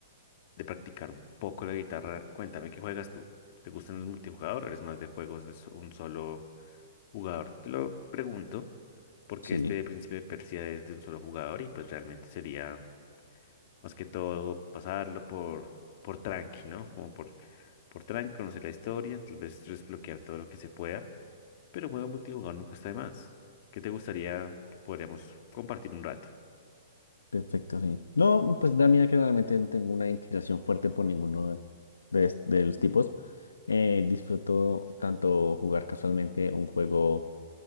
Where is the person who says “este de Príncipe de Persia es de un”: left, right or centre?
Left